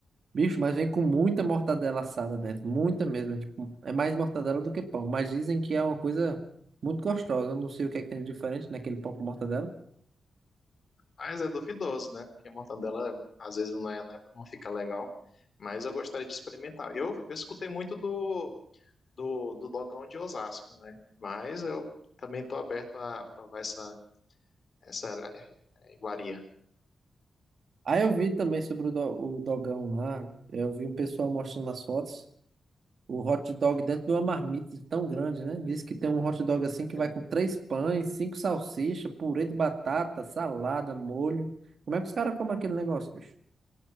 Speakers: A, on the right; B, on the left.
A: bicho, mas vem com muita mortadela assada dentro. Muita mesmo. É, tipo, é mais mortadela do que pão. Mas dizem que é uma coisa muito gostosa. Eu não sei o que é que tem de diferente naquele pão com mortadela.
B: Mas é duvidoso, né? Porque a mortadela às vezes não é, né, não fica legal. Mas eu gostaria de experimentar. Eu, eu escutei muito do do, do Dogão de Osasco, né? Mas eu também tô aberto a provar essa, essa é, iguaria. <laughs>
A: Aí eu vi também sobre o, do- o dogão lá. Eu vi um pessoal mostrando as fotos. O hot dog dentro de uma marmita tão grande, né? Diz que tem um hot dog assim que vai
B: É.
A: com três pães, cinco salsichas, purê de batata, salada, molho. Como é que os caras comem aquele negócio, bicho?